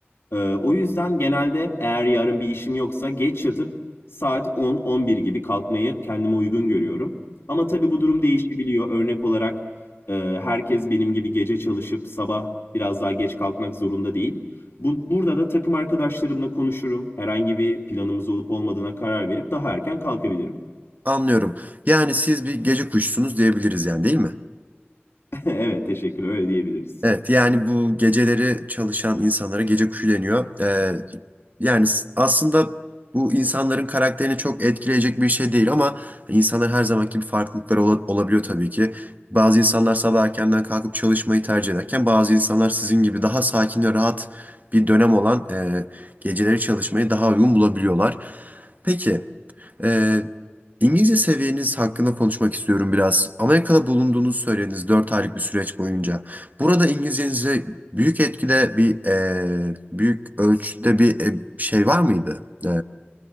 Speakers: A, on the left; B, on the right.
A: Ee, o yüzden genelde eğer yarın bir işim yoksa geç yatıp saat 10-11 gibi kalkmayı kendime uygun görüyorum. Ama tabii bu durum değişebiliyor. Örnek olarak e, herkes benim gibi gece çalışıp sabah biraz daha geç kalkmak zorunda değil. Bu, burada da takım arkadaşlarımla konuşurum. Herhangi bir planımız olup olmadığına karar verip daha erken kalkabilirim.
B: Anlıyorum. Yani siz bir gece kuşusunuz diyebiliriz yani değil mi?
A: <laughs> Evet, teşekkür. Öyle diyebiliriz.
B: Evet yani bu geceleri çalışan insanlara gece kuşu deniyor. Ee, yani s- aslında bu insanların karakterini çok etkileyecek bir şey değil ama insanlar her zamanki gibi farklılıkları ola- olabiliyor tabii ki. Bazı insanlar sabah erkenden kalkıp çalışmayı tercih ederken bazı insanlar sizin gibi daha sakin ve rahat bir dönem olan e, geceleri çalışmayı daha uygun bulabiliyorlar. Peki. Ee, İngilizce seviyeniz hakkında konuşmak istiyorum biraz. Amerika'da bulunduğunuzu söylediniz 4 aylık bir süreç boyunca. Burada İngilizcenize büyük etkide bir e, büyük ölçüde bir e, şey var mıydı? E,